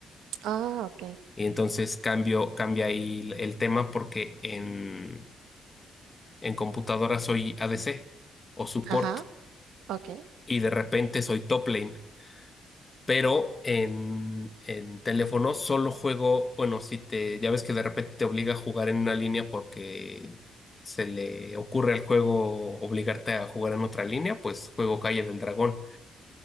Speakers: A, on the right; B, on the left.
A: Ah, ok.
B: Y entonces cambio, cambia ahí el el tema porque en, En computadora soy ADC o support
A: Ajá, ok.
B: y de repente soy top lane. Pero en, en teléfono solo juego, bueno, si te, ya ves que de repente te obliga a jugar en una línea porque se le ocurre al juego obligarte a jugar en otra línea, pues juego Calle del Dragón.